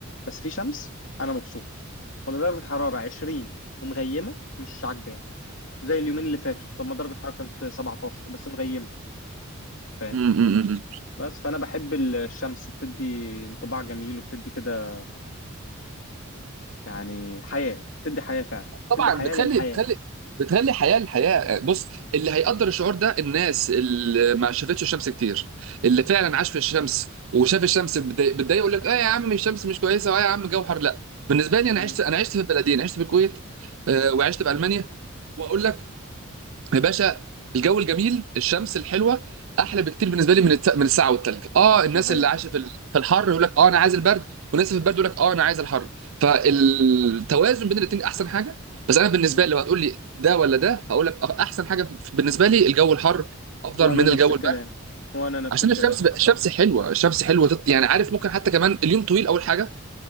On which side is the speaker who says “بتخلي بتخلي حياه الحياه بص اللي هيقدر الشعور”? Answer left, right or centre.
Right